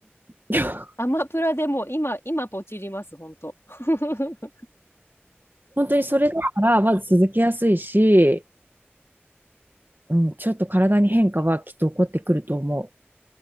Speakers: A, on the right (about 50°); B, on the left (about 85°).
A: う。<laughs>
B: アマプラでもう今、今ポチります、本当。<laughs>
A: 本当にそれだからまず続けやすいし、うん、ちょっと体に変化はきっと起こってくると思